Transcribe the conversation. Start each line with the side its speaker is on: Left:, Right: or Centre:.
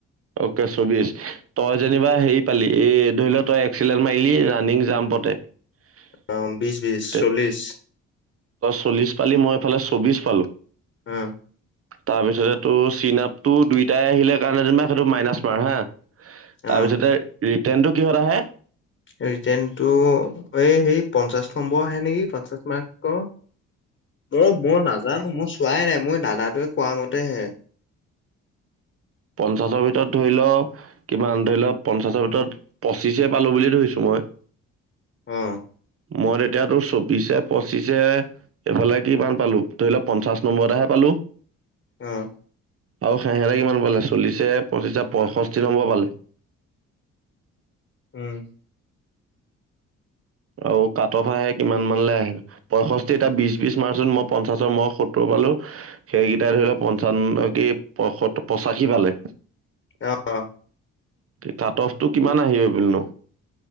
Right: অকে চৌবিশ তই যেনিবা হেৰি পালি এই ধৰি লও তই এক্সিলেণ্ট মাৰিলি ৰানিং জাম <unintelligible>
Left: অ', বিশ বিশ
Right: তই
Left: চল্লিশ
Right: চল্লিছ পালি মই ফালে চৌ্ববিশ পালো।
Left: উম।
Right: তাৰপিছতে তোৰ চিন আপতটো দুইটাই আহিলে কাৰণে যেনিবা সেইটো মাইনাচ মাৰ হা।
Left: অ',
Right: তাৰপিছতে ৰিটাৰ্ণটো কিহত আহে?
Left: ৰিটেনটো এই সেই পঞ্চাশ নম্বৰ আহে নেকি পঞ্চাশ মাৰ্ক ক। অ' মই নাজানো মই চোৱাই নাই মই দাদাটোৱে কোৱা মতে হে।
Right: পঞ্চাশৰ ভিতৰত ধৰি লও কিমান ধৰি লও পঞ্চাশৰ ভিতৰত পঁচিশে পালো বুলিয় ধৰিছো মই।
Left: অহ।
Right: মই তেতিয়াতো চৌবিশে পঁচিশে এইফালে কি ইমান পালো ধৰি লোৱা পঞ্চাশ নম্বৰতেহে পালো। <unintelligible>
Left: আহ।
Right: আৰু খেহেৰা কিমান পালে আছে? চল্লিশে পঁচিশে পয়ষষ্ঠি নম্বৰ পালে
Left: উম,
Right: আৰু কাট অফ আহে কিমান মানলৈ আহে পয়ষষ্ঠি এতিটা বিশ, বিশ মাৰ্চত মই পঞ্চাশৰ মই সত্তৰ পালো সেইকেইটাই ধৰি লও পঞ্চান্নে পত পঁচাশী পালে।
Left: অ',
Right: কাট অফটো কিমান আহিব পনো।